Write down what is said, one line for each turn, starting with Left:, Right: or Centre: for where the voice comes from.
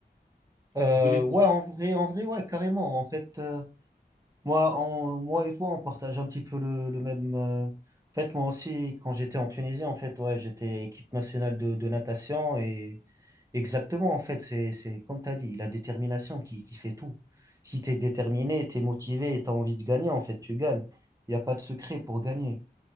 Right: Euh,
Left: Tu voulais me
Right: ouais,
Left: dire-
Right: en vrai, en vrai, ouais, carrément. En fait. euh, Moi, on- moi et toi, on partage un petit peu le, le même. euh, En fait, moi aussi, quand j'étais en Tunisie, en fait, ouais, j'étais équipe nationale de, de natation et exactement, en fait, c'est, c'est comme tu as dit, la détermination qui, qui fait tout. Si tu es déterminé, tu es motivé et tu as envie de gagner, en fait, tu gagnes. Il n'y a pas de secret pour gagner.